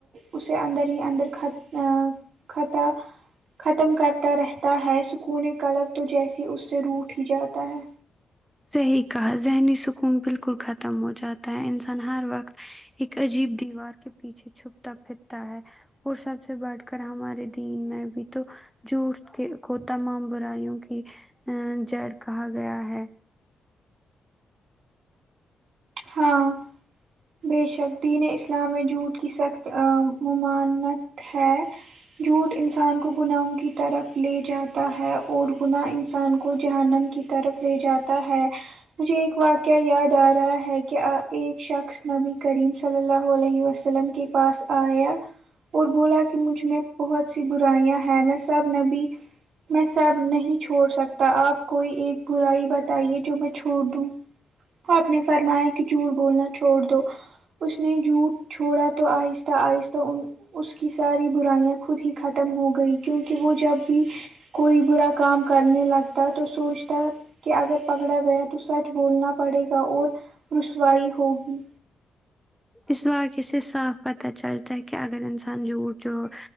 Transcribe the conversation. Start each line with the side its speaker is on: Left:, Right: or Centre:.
Right: اسے اندر ہی اندر خھت کطا ختم کرتا رہتا ہے سکون کڑب تو جیسی اس سے روٹ ہی جاتا ہے
Centre: صحیح کہا ذہنی سکون بالکل ختم ہو جاتا ہے انسان ہر وقت ایک عجیب دیوار کے پیچھے چھپتا پھرتا ہے اور سب سے بٹھ کر ہمارے دین میں بھی تو جھوٹ کے کو تمام برائیوں کی ا جڑ کہا گیا ہے
Right: ہاں بے شکدین اسلام جھوٹ کی سخت ممانت ہے جھوٹ انسان کو گناہوں کی طرف لے جاتا ہے اور گناہ انسان کو جہنم کی طرف لے جاتا ہے مجھے ایک واقعہ یاد آ رہا ہے کہ کہ ایک شخص نبی کریم صلی اللہ علیہ وسلم کے پاس آیا اور بولا کہ مجھ میں بہت سی برائیاں ہیں میں سب نبی میں سب نہیں چھوڑ سکتا آپ کوئی ایک برائی بتائیے جو میں چھوڑ دوں آپ نے فرمایا کہ جھوٹ بولنا چھوڑ دو اس نے جھوٹ چھوڑا تو آہستہ آہستہ ان اس کی ساری برائیاں خود ہی ختم ہو گئی کیونکہ وہ جب بھی کوئی برا کام کرنے لگتا ہے تو سوچتا کہ اگر پکڑا گیا تو سچ بولنا پڑے گا اور رسوائی ہوگی
Centre: اس واقعے سے صاف پتہ چلتا ہے کہ اگر انسان جھوٹ جووڑ